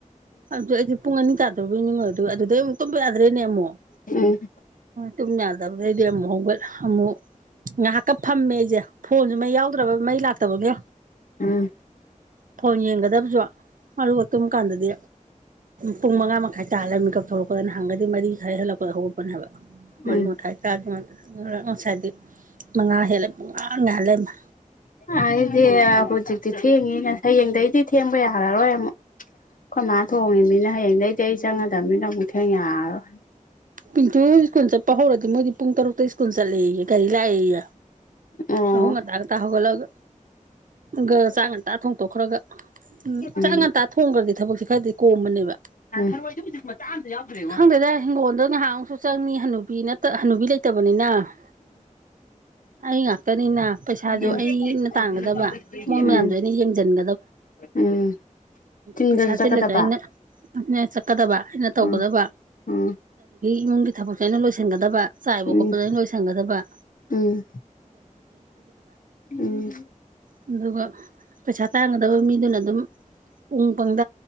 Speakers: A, on the right; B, on the left.
A: ꯑꯗꯨ ꯑꯩꯗꯤ ꯄꯨꯡ ꯑꯅꯤ ꯇꯥꯗꯣꯏꯕꯣꯏ ꯅꯤꯡꯉꯨꯔꯦ ꯑꯗꯩ ꯇꯨꯝꯕꯥ ꯌꯥꯗ꯭ꯔꯦꯅꯦ ꯑꯃꯨꯛ
B: ꯎꯝ ꯎꯝ
A: ꯇꯨꯡ ꯌꯥꯗ ꯑꯗꯩꯗꯤ ꯑꯃꯨꯛ ꯍꯧꯒꯠꯂꯦ ꯑꯃꯨꯛ ꯉꯥꯏꯍꯥꯛꯀꯥ ꯐꯝꯃꯦ ꯑꯩꯖꯦ ꯐꯣꯟꯖꯨ ꯃꯩ ꯌꯥꯎ ꯗ꯭ꯔꯥꯕ ꯃꯩ ꯂꯥꯛꯇꯥꯕꯒꯤ
B: ꯎꯝ
A: ꯐꯣꯟ ꯌꯦꯡꯒꯗꯥꯕꯁꯨ ꯑꯗꯨꯒ ꯇꯨꯝ ꯀꯥꯟꯗꯥꯗꯤ ꯄꯨꯡ ꯃꯉꯥ ꯃꯈꯥꯏ ꯇꯥ ꯂꯩꯔꯝꯃꯦ ꯃꯤꯀꯞ ꯊꯣꯛꯂꯛꯄꯗꯥ ꯅꯥꯍꯥꯟꯒꯩꯗꯤ ꯃꯔꯤ ꯈꯔ ꯍꯦꯜꯂꯛꯨꯗꯥ ꯍꯧꯒꯠꯄꯥꯅꯦꯕ
B: ꯎꯝ
A: ꯃꯔꯤ ꯃꯥꯈꯥꯏ ꯇꯥꯗ꯭ꯔꯤꯉꯩꯗ ꯑꯗꯨꯅ ꯉꯥꯁꯥꯏꯗꯤ ꯃꯉꯥ ꯍꯦꯜꯂꯦ ꯄꯨꯡꯉꯥꯟ ꯉꯥꯟ ꯂꯩꯔꯝꯃꯦ
B: ꯑꯩꯗꯤ ꯍꯧꯖꯤꯛ ꯊꯦꯡꯉꯤꯍꯦ ꯍꯥꯌꯦꯡꯗꯩꯗꯤ ꯊꯦꯡꯕ ꯌꯥꯔꯥꯔꯣꯏ ꯑꯃꯨꯛ ꯑꯩꯈꯣꯏ ꯃꯥ ꯊꯣꯡꯢꯃꯤꯅꯥ ꯍꯥꯌꯦꯡꯗꯩꯗꯤ ꯑꯩ ꯆꯪꯡꯉꯗꯝꯃꯤꯅ ꯑꯃꯨꯛ ꯊꯦꯡ ꯌꯥꯔꯥꯔꯣꯏ
A: ꯄꯤꯟꯇꯨ ꯍꯣꯏ ꯁ꯭ꯀꯨꯂ ꯆꯠꯄ ꯍꯧꯔꯥꯗꯤ ꯃꯣꯏꯗꯤ ꯄꯨꯡ ꯇꯥꯔꯨꯛꯇꯥ ꯁ꯭ꯀꯨꯂ ꯆꯠꯂꯦꯌꯦ ꯒꯥꯔꯤ ꯂꯥꯛꯑꯦꯌꯦ
B: ꯑꯣ
A: ꯌꯥꯍꯧ ꯉꯥꯟꯇꯥ ꯉꯥꯟꯇꯥ ꯍꯧꯒꯠꯂꯥꯒ ꯒ ꯆꯥꯛ ꯉꯥꯟꯇꯥ ꯊꯣꯡ ꯈꯔꯒ
B: ꯎꯝ
A: ꯆꯥꯛ ꯉꯥꯟꯇꯥ ꯊꯦꯡꯒ꯭ꯔꯥꯗꯤ ꯊꯕꯛꯁꯦ ꯈꯔꯗꯤ ꯀꯣꯝꯕꯥꯅꯦꯕ
B: ꯊꯔꯣꯏꯗꯣ ꯍꯧꯖꯤꯛ ꯃꯆꯥ ꯑꯃꯇꯥ ꯌꯥꯎꯗ꯭ꯔꯦꯉꯣ
A: ꯈꯪꯗꯦꯗ ꯍꯤꯡꯒꯣꯜꯗꯣ ꯉꯥꯏꯍꯥꯛ ꯑꯃꯨꯛꯁꯨ ꯆꯪꯅꯤ ꯍꯥꯅꯨꯕꯤ ꯅꯠꯇꯥ ꯍꯥꯅꯨꯕꯤ ꯂꯩꯇꯥꯃꯤꯅ ꯑꯩ ꯉꯥꯛꯇꯥꯅꯤꯅ ꯄꯩꯁꯥꯒꯨ
B: ꯎꯝ
A: ꯑꯩꯅ ꯇꯥꯟꯒꯗꯕ
B: ꯎꯝ
A: ꯃꯣꯏꯖꯨ
B: ꯎꯝ ꯎꯝ
A: ꯃꯥꯌꯥꯝꯁꯨ ꯑꯩꯅ ꯉꯦꯡꯖꯟꯒ
B: ꯎꯝ ꯆꯤꯡꯗꯁꯨ
A: ꯄꯩꯁꯥ
B: ꯆꯠꯀꯗꯕ
A: ꯆꯤꯜꯂꯖꯨ ꯑꯩꯅ ꯃꯦꯟꯈꯠꯀꯥꯗꯥꯕ ꯑꯩꯅ ꯇꯧꯒꯗꯕ
B: ꯎꯝ ꯎꯝ
A: ꯏꯃꯨꯡꯒꯤ ꯊꯕꯛꯇꯅ ꯂꯣꯏꯁꯤꯟꯒꯗꯕ ꯆꯥꯏꯕ
B: ꯎꯝ
A: ꯈꯣꯠꯄ
B: ꯎꯝ ꯎꯝ
A: ꯑꯗꯨꯒ ꯄꯩꯁꯥ ꯇꯥꯟꯒꯗꯕ ꯃꯤꯗꯨꯅ ꯑꯗꯨꯝ <unintelligible>